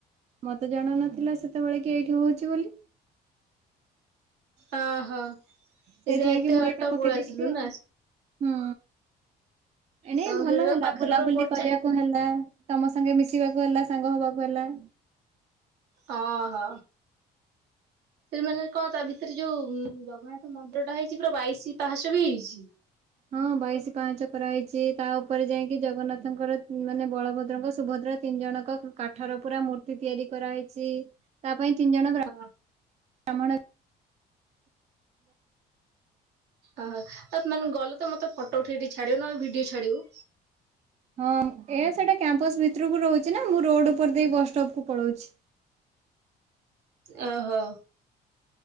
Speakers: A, on the right (about 40°); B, on the right (about 80°).
A: ମତେ ଜଣା ନଥିଲା ସେତେବେଳେ କି ଏଇଠି ହଉଛି ବୋଲି?
B: ଅହୋ ଏ
A: ସେଇଥିପାଇଁ
B: ଯୋଉ ଏତେ
A: କି ମୁଁ
B: ବାଟ
A: ଏଇଟା ପକେଇ
B: ପଳେଇଆସିଲୁ
A: ଦେଇଥିଲି ଆଉ।
B: ନା?
A: ହୁଁ ଏଣେଇ
B: ତମ
A: ଭଲ
B: ସେଠି ତ
A: ହେଲା
B: ପାଖରେ
A: ବୁଲାବୁଲି
B: ପୁରା ପଚା
A: କରିବାକୁ ହେଲା ତମ ସାଙ୍ଗେ ମିଶିବାକୁ ହେଲା ସାଙ୍ଗ ହବାକୁ ହେଲା।
B: ଓହୋ। ସେ ମାନେ କଣ ତା ଭିତରେ ଯୋଉ ଜଗନ୍ନାଥ ମନ୍ଦିର ଟା ହେଇଛି ପୁରା ବାଇଶି ପାହାସ ବି ହେଇଛି?
A: ହଁ ବାଇଶି ପାହାଚ କରାହେଇଛି ତା ଉପରେ ଯାଇକି ଜଗନ୍ନାଥଙ୍କର ମାନେ ବଳଭଦ୍ରଙ୍କ ସୁଭଦ୍ରା ତିନି ଜଣଙ୍କ କାଠର ପୁରା ମୂର୍ତ୍ତି ତିଆରି କରାହେଇଛି। ତା ପାଇଁ ତିନି ଜଣ ବ୍ରା
B: ହଁ
A: ବ୍ରାହ୍ମଣ
B: ଓହୋ, ଏ ମାନେ ଗଲେ ତ ମୋତେ ଫଟୋ ଉଠେଇ ଦେଇ ଛାଡିବ ନହେଲଃ ଭିଡିଓ ଛାଡ଼ିବୁ।
A: ହଁ ଏ ସେଇଟା କ୍ୟାମ୍ପସ୍ ଭିତରକୁ ରହୁଚି ନା, ମୁଁ ରୋଡ୍ ଉପର ଦେଇ ବସ୍ ଷ୍ଟପ୍ କୁ ପଳଉଛି।
B: ଓହୋ,